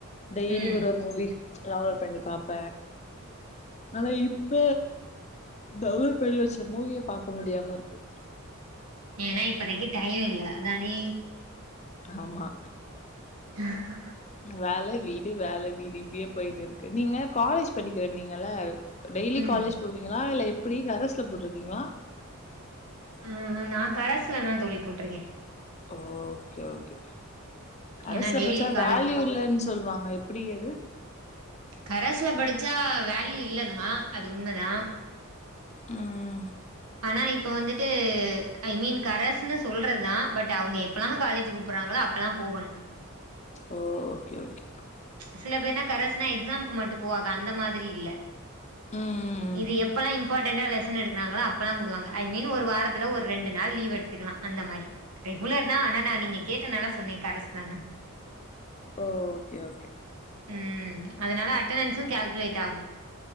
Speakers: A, on the left; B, on the right.
A: டெய்லி
B: ம்
A: ஒரு ஒரு மூவி டிராவல் பண்ணி பாப்ப ஆனா இப்ப டவுன்லோடு பண்ணி வச்ச மூவிய பாக்க முடியாம இருக்கு
B: ஏன்னா இப்பதைக்கு டய இல்ல அதானே
A: ஆமா
B: ஏ <unintelligible>
A: வேலை வீடு வேலை வீடு இப்பிடியே போயிட்டு இருக்கு நீங்க காலேஜ் படிக்கிறனிங்கல டெய்லி
B: ம்
A: காலேஜ் போவிங்களா இல்ல எப்பிடி கரஸ்ல போட்ருக்கிங்ளா
B: ம் நா கரஸ்லதா தோழி போட்ருக்கே
A: ஓகே ஓகே கரஸ்ல
B: ஏன்னா டெய்லி
A: படிச்சா
B: காலேஜ்
A: வேல்யூ இல்லனு சொ சொல்வாங்க எப்புடி அது
B: கரஸ்ல படிச்சா வேல்யூ இல்லதா அது உண்மதா
A: ம்
B: ஆனா இப்ப வந்துட்டு ஐ மீன் கரஸ்னு சொல்றதுதா பட் அவங்க எப்பல்லா காலேஜ் கூப்புடறாங்களோ அப்பல்லா போகணு
A: ஓ ஓகே ஓகே
B: சில பேர்னா கரஸ்னா எக்ஸாம்க்கு மட்டு போவாங்க அந்த மாரி இல்ல
A: ம்
B: இது எப்பல்லா இம்பார்ட்டன்ண்டா லெசன் எடுக்கராங்களோ அப்பெல்லாம் கொ கூப்டுவாங்க ஐ மீன் ஒரு வாரத்துல ஒரு ரெண்டு நாள் லீவ் எடுத்துக்கலாம் அந்த மாதிரி ரெகுலர் தான் ஆனா நான் நீங்க கேட்ட நல்லா சொன்னே கரசு தான
A: ஓ ஓகே ஓகே
B: ம் அதனால அட்டணன்ஸும் கல்குலேட் ஆகும்